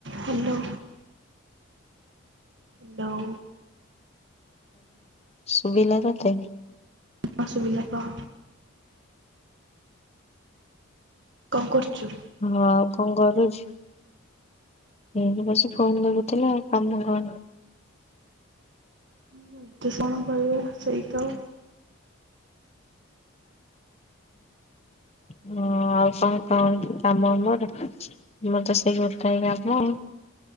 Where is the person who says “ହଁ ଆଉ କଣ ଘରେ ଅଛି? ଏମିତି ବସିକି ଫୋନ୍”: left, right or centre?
Left